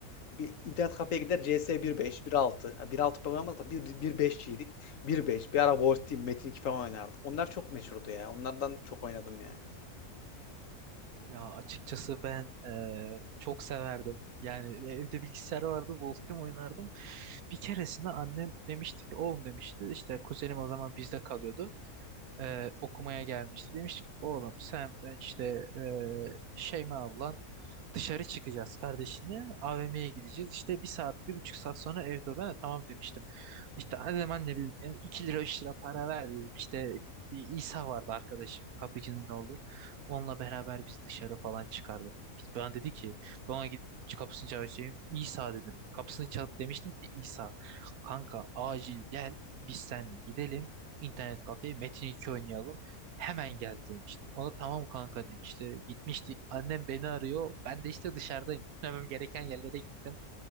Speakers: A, on the left; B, on the right.
A: bir internet kafeye gider CS 1.5, 1.6. Yani bir altı oynamadık da 1.5'çiydik. 1.5 bir beşçiydik. bir beş bir ara Wolf Team, Metin 2 falan oynardık. Onlar çok meşhurdu ya. Onlardan çok oynadım ya.
B: Ya açıkçası ben eee, çok severdim. Yani evde bilgisayar vardı, Wolf oynardım. Bir keresinde annem demişti ki, oğlum demişti, işte kuzenim o zaman bizde kalıyordu e, okumaya gelmişti. Demiştik oğlum sen ben işte e, Şeyma ablan dışarı çıkacağız kardeşini AVM'ye gideceğiz. İşte bir saat bir buçuk saat sonra evde ol. Ben de tamam demiştim. İşte hadi hemen ne bileyim yani 2 lira 3 lira para ver dedim. İşte bir İsa vardı arkadaşım kapıcının oğlu. Onunla beraber biz dışarı falan çıkardık. Ben dedi ki ben ona gidip kapısını çalışayım. İsa dedim. Kapısını çalıp demiştim ki İsa kanka acil gel biz seninle gidelim internet kafeye Metin 2 oynayalım. Hemen gel demiştim. Ona tamam kanka demişti. Gitmiştik. Annem beni arıyor. Ben de işte dışarıdayım. Gitmemem gereken yerlere gittim.